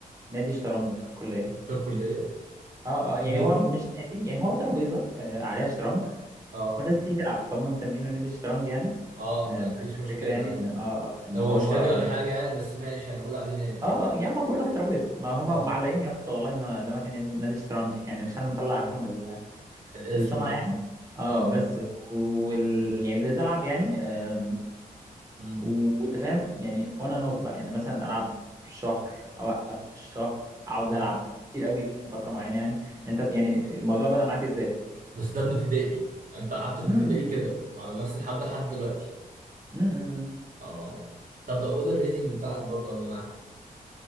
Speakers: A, on the right (about 20°); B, on the right (about 65°).
A: نادي شطرنج في الكلية
B: في الكلية
A: اه اه يعني
B: نادي
A: هو مش نادي يعني هو ترابيزه آه عليها شطرنج
B: اه
A: والناس بتيجي تلعب فهم مسمينه نادي الشطرنج يعني
B: اه
A: آه
B: ما
A: بس
B: فيش
A: الفكره
B: مشكلة
A: يعني ان
B: يعني
A: اه اه ان
B: لو
A: هو
B: هو استادي
A: اه
B: ولا حاجة يعني بس ماشي هنقول عليه نادي
A: اه
B: يعني
A: يعني ما بقول لك ترابيزه ما هم
B: اه
A: معلقين يا اسطى والله ان ده مكان نادي الشطرنج <laughs> يعني مش انا مطلع عليهم ال-
B: الاسم
A: السمعه
B: يعني
A: يعني اه
B: اه
A: بس وال يعني ابتديت العب يعني آم،
B: امم
A: وانت فاهم يعني اون اند اوف بقى يعني مثلا العب شهر اوقف شهر اقعد
B: امم
A: العب كتير قوي في فتره معينه يعني انت يعني الموضوع بدأ معاك ازاي؟
B: بس ده من ابتدائي يعني انت قعدت من
A: <laughs>
B: ابتدائي كده على نفس الحد لحد دلوقتي
A: م-م.
B: اه طب لو قول الريتنج بتاعك برضه قبل ما احكي